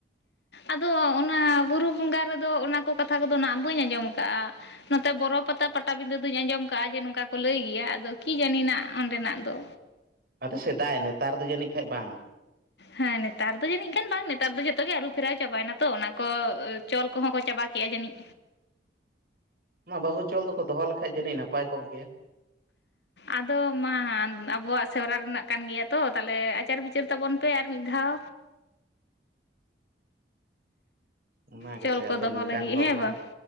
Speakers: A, on the left (about 70°); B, on the right (about 55°).
A: ᱟᱫᱚ ᱚᱱᱟ ᱵᱩᱨᱩ ᱵᱚᱸᱜᱟ ᱨᱮᱫᱚ ᱚᱱᱟ ᱠᱚ ᱠᱟᱛᱷᱟ ᱠᱚᱫᱚ ᱱᱟᱦᱟᱸᱜ ᱵᱟᱹᱧ ᱟᱸᱡᱚᱢ ᱟᱠᱟᱜ-ᱟ᱾ ᱱᱚᱛᱮ ᱵᱚᱨᱚ ᱯᱟᱛᱟ ᱯᱟᱴᱼᱼ ᱯᱟᱴᱟ ᱵᱤᱸᱰᱟᱹ ᱫᱩᱧ ᱟᱸᱡᱚᱢ ᱠᱟᱜ-ᱟ ᱡᱮ ᱱᱚᱝᱠᱟ ᱠᱚ ᱞᱟᱹᱭ ᱜᱮᱭᱟ ᱟᱫᱚ ᱠᱤ ᱡᱟᱹᱱᱤ ᱱᱟᱜ ᱚᱸᱰᱮ ᱱᱟᱜ ᱫᱚ᱾
B: ᱟᱫᱚ ᱥᱮᱫᱟᱭ ᱱᱮᱛᱟᱨ ᱫᱚ ᱡᱟᱹᱱᱤᱡ ᱠᱷᱟᱡ ᱵᱟᱝ᱾
A: ᱦᱮᱸ ᱱᱮᱛᱟᱨ ᱫᱚ ᱡᱟᱹᱱᱤᱡ ᱠᱷᱟᱱ ᱵᱟᱝ ᱱᱮᱛᱟᱨ ᱫᱚ ᱡᱚᱛᱚ ᱜᱮ ᱟᱹᱨᱩ ᱯᱷᱮᱨᱟᱣ ᱪᱟᱵᱟᱭ ᱱᱟ ᱛᱚ ᱚᱱᱟ ᱠᱚ ᱚ ᱪᱚᱞ ᱠᱚᱦᱚᱸ ᱠᱚ ᱪᱟᱵᱟ ᱠᱮᱜ-ᱟ ᱡᱟᱹᱱᱤᱡ᱾
B: ᱚᱱᱟ ᱵᱟᱹᱦᱩ ᱪᱚᱞ ᱫᱚᱠᱚ ᱫᱚᱦᱚ ᱞᱮᱠᱷᱟᱡ ᱡᱟᱹᱱᱤᱡ ᱱᱟᱯᱟᱭ ᱠᱚᱜ ᱜᱮᱭᱟ᱾
A: ᱟᱫᱚ ᱢᱟ ᱟᱵᱚᱣᱟᱜ ᱥᱮᱣᱨᱟ ᱨᱮᱱᱟᱜ ᱠᱟᱱ ᱜᱮᱭᱟ ᱛᱚ ᱛᱟᱦᱚᱞᱮ ᱟᱪᱟᱨ ᱵᱤᱪᱟᱹᱨ ᱛᱟᱵᱚᱱ ᱯᱮ ᱟᱨ ᱢᱤᱫ ᱫᱷᱟᱣ᱾
B: ᱚᱱᱟ
A: ᱪᱚᱞ
B: ᱜᱮᱥᱮ
A: ᱠᱚ
B: ᱟᱫᱚ
A: ᱫᱚᱦᱚ
B: ᱱᱮᱝ
A: ᱞᱟᱹᱜᱤᱫ
B: ᱠᱟᱱ ᱦᱚᱲ
A: ᱦᱮᱸ ᱵᱟᱝ
B: ᱢᱟᱼᱼ